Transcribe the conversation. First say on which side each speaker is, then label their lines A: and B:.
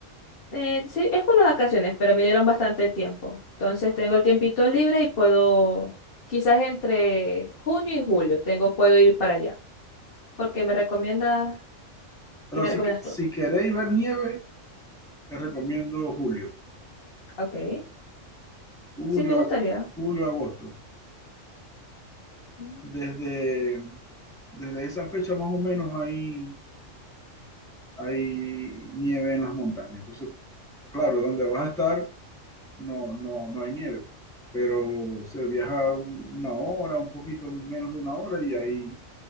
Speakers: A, on the left (about 50°); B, in the centre.
A: Eh, sí, es por las vacaciones, pero me dieron bastante tiempo. Entonces tengo el tiempito libre y puedo, quizás entre junio y julio, tengo, puedo ir para allá. Porque me recomiendas,
B: Pero
A: ¿qué me
B: si,
A: recomiendas
B: que- si
A: tú?
B: queréis ver nieve, te recomiendo julio,
A: Ok.
B: julio,
A: Sí, me gustaría.
B: a- julio, agosto.
A: Mm.
B: Desde, desde esa fecha más o menos ahí hay nieve en las montañas. Entonces, claro, donde vas a estar no, no, no hay nieve, pero se viaja un- una hora, un poquito menos de una hora y ahí